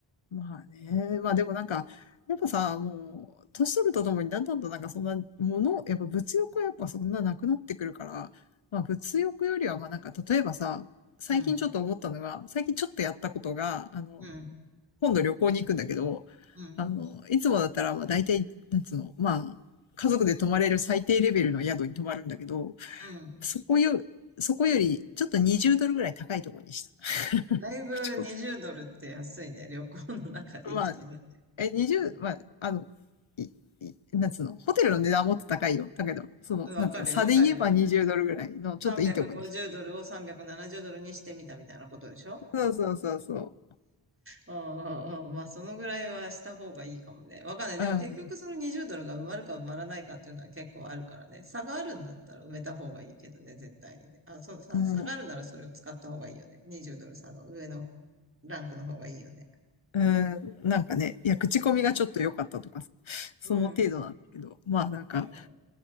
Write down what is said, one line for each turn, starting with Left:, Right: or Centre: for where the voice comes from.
Left: まあね。まあでもなんか、やっぱさ、もう、年取るとともにだんだんとなんかそんなもの、やっぱ物欲はやっぱそんななくなってくるから、まあ物欲よりはまあなんか例えばさ、最近ちょっと思ったのが、
Right: うん、
Left: 最近ちょっとやったことが、あの、
Right: うん、
Left: 今度旅行に行くんだけど、
Right: うん、
Left: あの、いつもだったらまあ大体、なんつうの、まあ、家族で泊まれる最低レベルの宿に泊まるんだけど、
Right: うん。
Left: そこよ、そこよりちょっと20ドルぐらい高いところにした。
Right: だいぶ20ドルって安いね。
Left: 口コミ。
Right: 旅行の中で行くとね。
Left: まあ、え、20、まあ、
Right: うん、
Left: あの、い、い、なんつうの、ホテルの値段はもっと高いよ。だけど、その、
Right: うんわかるよ、
Left: なんつうの、差で言えば20ドルぐらいの、
Right: わかるよ。
Left: ちょっといいとこに
Right: 350ドルを370ドルにしてみたみたいなことでしょ
Left: そうそうそうそ
Right: うんうんうん。まあ、そのぐらいはした方がいいかもね。わかんない。でも結局その20ドルが埋まるか埋まらないかっていうのは結構あるからね。
Left: う。うん、
Right: 差があるんだったら埋めた方がいいけどね、絶対にね。あ、そ、差、
Left: うん、
Right: 差があるならそれを使った方がいいよね。20ドル差の上のランクの方がいいよね。
Left: うん、なんかね、いや、口コミがちょっと良かったとか、その程度なんだけど、
Right: うん。
Left: まあなんか、
Right: うん。